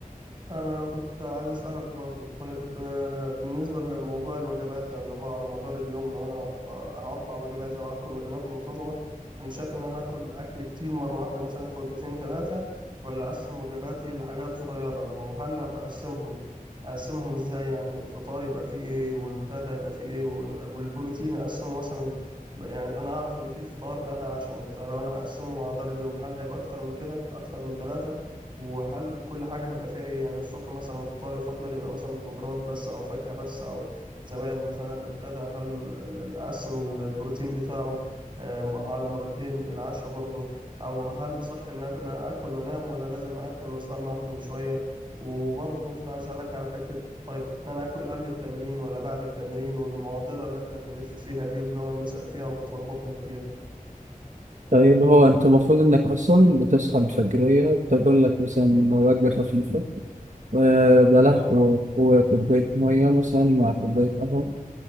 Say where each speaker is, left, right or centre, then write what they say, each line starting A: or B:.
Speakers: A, on the right; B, on the right.
A: انا كنت عايز اسالك برضو طيب آه، بالنسبه لموضوع الوجبات ده اللي هو على مدار اليوم لو انا هقطع هقطع وجباتي او هاكل وجبات منتظمه انت شايف ان انا اكل اكل كتير مره واحده مثلا في وجبتين ثلاثه ولا اقسم وجباتي لحاجات صغيره وهل لو هقسمهم اقسمهم ازاي يعني الفطار يبقى فيه ايه والغدا يبقى فيه ايه وال- والبروتين اقسمه مثلا يعني انا اعرف ان في فطار غدا عشاء انت لو انا هقسمه على مدار اليوم هل هيبقى اكتر من كده اكتر من ثلاثه وهل كل حاجة هيبقى فيها ايه يعني الصبح مثلا الفطار يفضل يبقى مثلا خضروات بس او فاكهة بس او زبادي مثلا الغداء هل ال- ال- اقسم البروتين بتاعه آه، م- على مرتين العشاء برضه او هل صح ان أك- إن أنا اكل وانام ولا لازم اكل واستنى اهضم شوية وبرضه كنت عايز اسالك على حتة طيب انا اكل قبل التمرين ولا بعد التمرين والمعضلة اللي احنا بنلف فيها دي وبنقعد نسأل فيها وبتلخبطنا كتير
B: طيب هو انت المفروض انك اصلا بتصحى الفجرية تاكل لك مثلا وجبة خفيفة آه، بلح
A: تمام
B: و- وكوباية مية مثلا مع كوباية قهوة